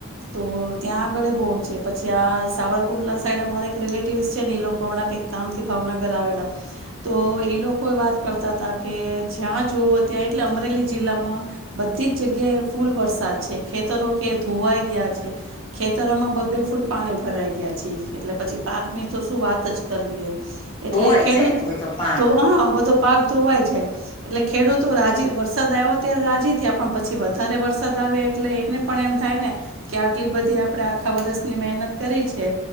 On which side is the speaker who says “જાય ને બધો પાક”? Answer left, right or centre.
Left